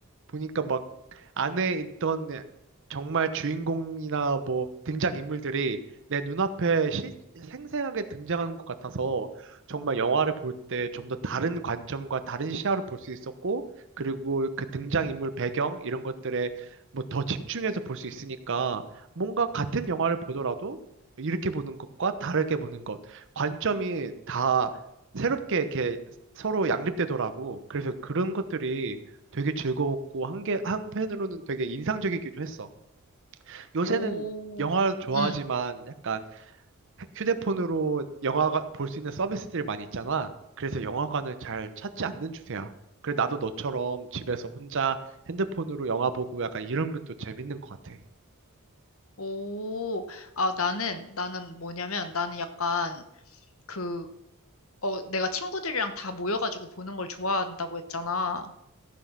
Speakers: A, on the right (about 55°); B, on the left (about 65°).
A: 보니까 막 안에 있던 정말 주인공이나 뭐 등장인물들이 내 눈앞에 실, 생생하게 등장하는 것 같아서 정말 영화를 볼 때 좀 더 다른 관점과 다른 시야로 볼 수 있었고 그리고 그 등장인물 배경 이런 것들에 뭐 더 집중해서 볼 수 있으니까 뭔가 같은 영화를 보더라도 이렇게 보는 것과 다르게 보는 것 관점이 다 새롭게 이렇게 서로 양립되더라고. 그래서 그런 것들이 되게 즐거웠고 한게 한편으로는 되게 인상적이기도 했어. 요새는
B: 오,
A: 영화 좋아하지만
B: 응,
A: 약간 휴대폰으로 영화가 볼 수 있는 서비스들이 많이 있잖아. 그래서 영화관을 잘 찾지 않는 추세야. 그래 나도 너처럼 집에서 혼자 핸드폰으로 영화 보고 약간 이런 것도 재밌는 것 같아.
B: 오. 아, 나는, 나는 뭐냐면, 나는 약간, 그, 어, 내가 친구들이랑 다 모여가지고 보는 걸 좋아한다고 했잖아.